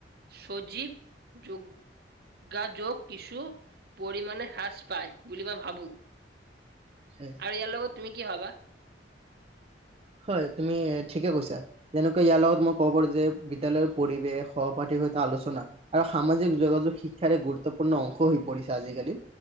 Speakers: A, on the right; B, on the right.
A: সজীৱ যু গা যোগ কিছু পৰিমানে হ্ৰাস পায়, বুলি মই ভাবো।
B: হয়।
A: আৰু ইয়াৰ লগত তুমি কি ভবা
B: হয়। তুমি ঠিকে কৈছা। যেনেকৈ ইয়াৰ লগত মই ক'ব পাৰো যে, বিদ্যালয়ৰ পৰিৱেশ সহপাঠীৰ সৈতে আলোচনা আৰু সামাজিক যোগাযোগ শিক্ষাৰ এক গুৰুত্বপূৰ্ণ অংশ হৈ পৰিছে। আজিকালি